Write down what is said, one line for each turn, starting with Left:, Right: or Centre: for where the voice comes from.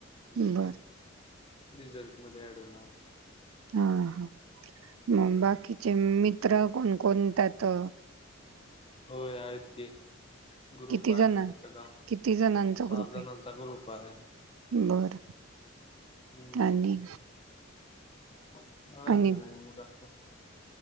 Left: म ते
Right: बरं.
Left: रिझल्ट मध्ये ऍड होणार.
Right: हा, ह मग बाकीचे मित्र कोण कोण त्यातऽऽ
Left: होय आहेच की. ग्रुप
Right: किती
Left: आहे
Right: जण
Left: आमचा सगळा,,
Right: किती जणांचा
Left: सा
Right: ग्रुप
Left: जणांचा
Right: आहे?
Left: ग्रुप आहे.
Right: बरं
Left: हम्म
Right: आणि
Left: हम्. अ
Right: आणि
Left: ना मुलाात